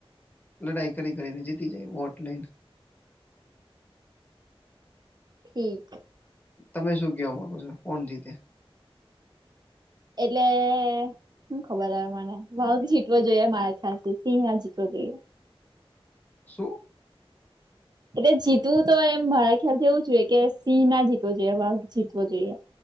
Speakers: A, on the left; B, on the right.
A: લડાઈ કરી કરીને જીતી જાય વોટ લઈન.
B: ઠીક.
A: તમે શું કેવા માંગો છો કોણ જીતે?
B: એટલે. શું ખબર હવે મને વાધ જીતવો જોઈએ મારા ખ્યાલથી સિંહ ના જીતવો જોઈએ.
A: શું? <inaudible>
B: એટલે જીતવું તો એમ મારા ખ્યાલથી એવું જોઈએ કે સિંહ ના જીતવો જોઈએ વાઘ જીતવો જોઈએ.